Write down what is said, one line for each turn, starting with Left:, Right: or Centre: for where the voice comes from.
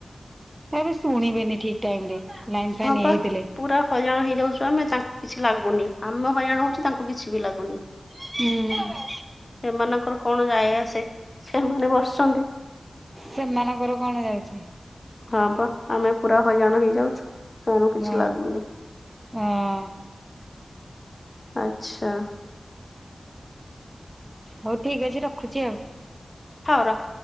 Right: ହେବି ଶୁଣିବେନି ଠିକ୍ ଟାଇମରେ ଲାଇନ ଫାଇନ୍
Left: ହଁ
Right: ହେଇଥିଲେ।
Left: ପା। ପୁରା ହଇରାଣ ହେଇଯାଉଚୁ ଆମେ ତାଙ୍କୁ କିଛି ଲାଗୁନି ଆମେ ହଇରାଣ ହଉଚୁ ତାଙ୍କୁ କିଛି ବି ଲାଗୁନି।
Right: ହୁଁ।
Left: ସେମାନଙ୍କର କଣ ଯାଏ ଆସେ। ସେମାନେ ବସିଛନ୍ତି
Right: ସେମାନଙ୍କର କଣ ଯାଉଛି।
Left: ହଁ ପା ଆମେ ପୁରା ହଇରାଣ ହେଇଯାଉଛୁ ସେମାନଙ୍କୁ କିଛି
Right: ହଁ
Left: ଲାଗୁନି।
Right: ହଁ।
Left: ଆଚ୍ଛା।
Right: ହଉ ଠିକ୍ ଅଛି ରଖୁଛି ଆଉ।
Left: ହଉ ରଖ।